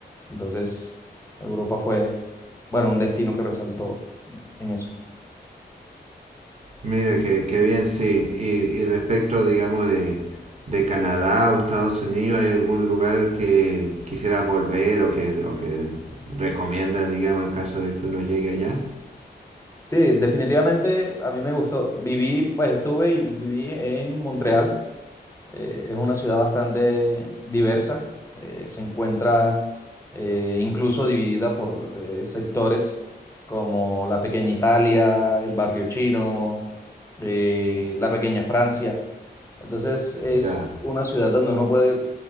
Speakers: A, on the left; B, on the right.
A: Entonces, Europa fue, bueno, un destino que resaltó en eso.
B: Mira, que, que bien, sí. Y, y respecto, digamos, de, de Canadá o Estados Unidos, ¿hay algún lugar al que quisieras volver o que, o que recomiendas, digamos, en caso de que uno llegue allá?
A: Sí, definitivamente a mí me gustó. Viví, pues estuve y viví en Montreal Eh, es una ciudad bastante diversa, eh, se encuentra eh, incluso dividida por eh, sectores como la pequeña Italia, el barrio chino, eh, la pequeña Francia. Entonces es
B: Ya.
A: una ciudad donde uno puede,